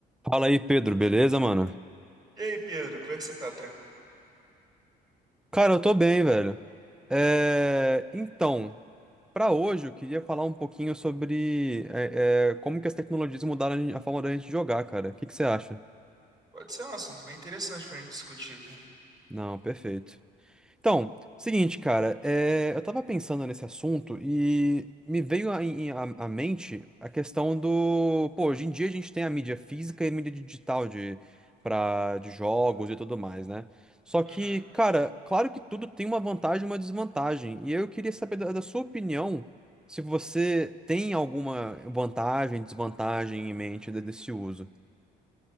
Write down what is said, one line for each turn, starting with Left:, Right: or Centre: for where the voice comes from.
Centre: Fala aí, Pedro, beleza, mano?
Right: E aí, Pedro, como é que você tá? Tran-
Centre: Cara, eu tô bem, velho. É, Então, pra hoje eu queria falar um pouquinho sobre é, é, como que as tecnologias mudaram a gente- a forma da gente jogar, cara. O que que você acha?
Right: Pode ser um assunto bem interessante pra gente discutir aqui.
Centre: Não, perfeito. Então, seguinte, cara, é, eu tava pensando nesse assunto e me veio a- em- a- à mente a questão do, pô, hoje em dia a gente tem a mídia física e a mídia digital de, pra, de jogos e tudo mais, né? Só que,
Right: Uhum.
Centre: cara, claro que tudo tem uma vantagem e uma desvantagem. E eu queria saber da, da sua opinião se você tem alguma vantagem, desvantagem em mente de- desse uso.